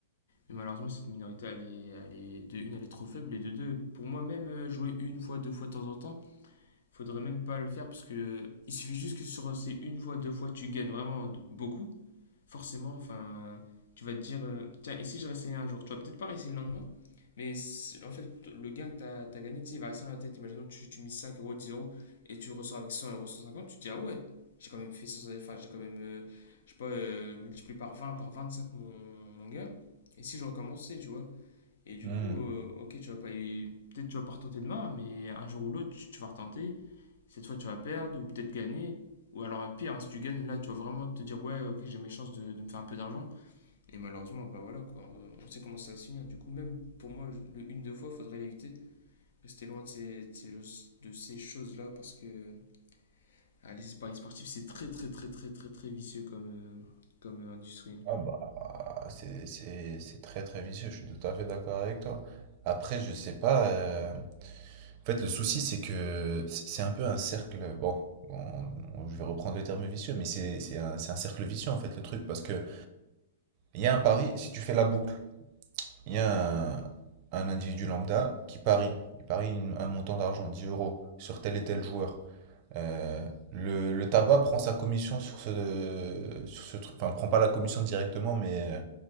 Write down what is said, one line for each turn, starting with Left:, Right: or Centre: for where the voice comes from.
Left: Mais malheureusement, cette minorité, elle est, elle est- de une, elle est trop faible et de deux, pour moi même, euh, jouer une fois, deux fois de temps en temps, faudrait même pas le faire parce que il suffit juste que sur ces une fois, deux fois, tu gagnes vraiment de- beaucoup. Forcément, enfin, tu vas te dire, euh, tiens, et si je réessayais un jour? Tu vas peut-être pas réessayer le lendemain, mais c'est- en fait, le gain que tu as, gagné, tu sais, il va rester dans la tête. Imaginons, tu, tu mises 5 euros, dix euros et tu ressors avec 100 euros, cent cinquante tu te dis, ah ouais, j'ai quand même fait cent enfin, j'ai quand même, euh, je sais pas, euh, multiplié par vingt par vingt cinq mon, mon gain. Et si je recommençais, tu vois? Et du
Right: euh,
Left: coup, euh, ok, tu vas pas y- Peut-être tu vas pas retenter demain, mais un jour ou l'autre, tu, tu vas retenter cette fois tu vas perdre ou peut-être gagner. Ou alors pire, hein, si tu gagnes, là tu vas vraiment te dire ouais ok j'ai mes chances de, de me faire un peu d'argent. Et malheureusement, bah voilà quoi, euh, on sait comment ça va se finir. Du coup même pour moi, le une deux fois, faudrait l'éviter. Rester loin de ces, de ces, choses- de ces choses-là parce que ah, les paris sportifs c'est très très très très très très vicieux comme, euh, comme euh, industrie. hein.
Right: Ah bah c'est c'est- c'est très très vicieux, je suis tout à fait d'accord avec toi. Après, je sais pas. euh, En fait, le souci, c'est que c'est c'est un peu un cercle. Bon, bon, on- je vais reprendre le terme vicieux, mais c'est c'est un, c'est un cercle vicieux en fait le truc. Parce que il y a un pari, si tu fais la boucle, il y a un, un individu lambda qui parie. Il parie une- un montant d'argent, 10 euros, sur tel et tel joueur. Euh, le, le tabac prend sa commission sur ce, sur ce truc. Enfin, prend pas la commission directement, mais. euh,